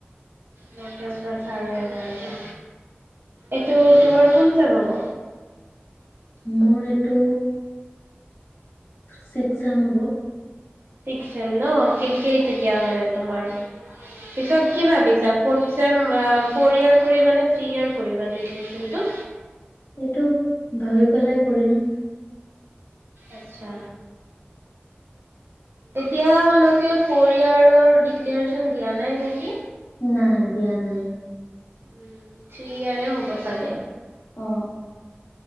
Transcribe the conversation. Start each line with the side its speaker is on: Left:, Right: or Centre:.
Right: নটাৰ পৰা চাৰে এঘাৰটা এইটো তোমাৰ কোন চ হ'ব।
Left: মোৰ এইটো? ছিক্স ছেমবোৰ।
Right: ছিক্স ছেম ন ঠিকে তেতিয়া হলে তোমাৰ পিছত কি ভাবিছা ফৌৰ্থ ছেম অ ফৌৰ ই্য়াৰ কৰিবা নে থ্ৰী ইয়ৰ কৰিবা গ্ৰেজুৱেচনটো?
Left: সটো ভাবি পেলাই কৰিম?
Right: আচ্ছা। এতিয়ালৈকে পৰিয়ালৰ ডেক্লেচন দিয়া নাই নেকি?
Left: নাই দিয়া নাই।
Right: উম থ্ৰ্ৰী ইয়োৰে হ'ব চাগে।
Left: অ